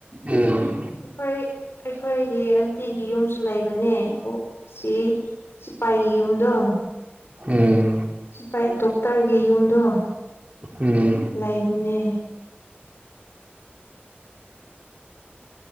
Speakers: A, on the right; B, on the left.
A: ꯎꯝ
B: ꯑꯩꯈꯣꯏ ꯑꯩꯈꯣꯏꯒꯤ ꯑꯟꯇꯤꯒꯤ ꯌꯨꯝꯁꯨ ꯂꯩꯕꯅꯦ ꯑꯣ ꯁꯤ ꯁꯤꯐꯥꯏꯒꯤ ꯌꯨꯝꯗꯣ
A: ꯎꯝ
B: ꯁꯤꯐꯥꯏ ꯗꯣꯛꯇꯔꯒꯤ ꯌꯨꯝꯗꯣ
A: ꯎꯝ
B: ꯂꯩꯕꯅꯦ